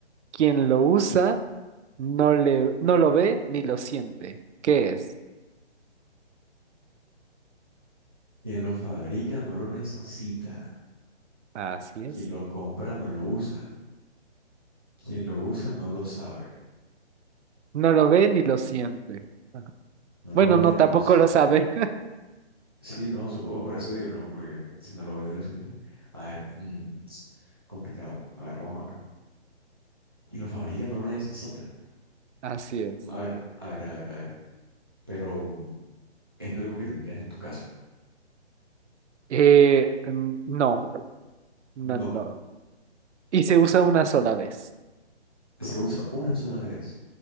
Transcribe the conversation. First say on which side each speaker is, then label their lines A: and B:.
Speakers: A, on the right; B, on the right.
A: quien lo usa no le, no lo ve ni lo siente. ¿Qué es?
B: Quien lo fabrica no lo necesita.
A: Así
B: Quien
A: es.
B: lo compra no lo usa. Quien lo usa no lo sabe.
A: No lo ve ni lo siente. Ajá.
B: No
A: Bueno,
B: lo ve
A: no,
B: ni
A: tampoco
B: lo siente.
A: lo sabe.
B: Sí, no, supongo por eso digo, no, porque si no lo ve ni lo siente. A ver, mm, complicado. A ver, vamos a ver. Quien lo fabrica no lo necesita.
A: <laughs> Así es.
B: A ver, a ver, a ver, a ver. Pero mm, es algo que tendrías en tu caso.
A: Eh, mm, no, no,
B: No,
A: no. Y se usa una sola vez.
B: se usa una sola vez.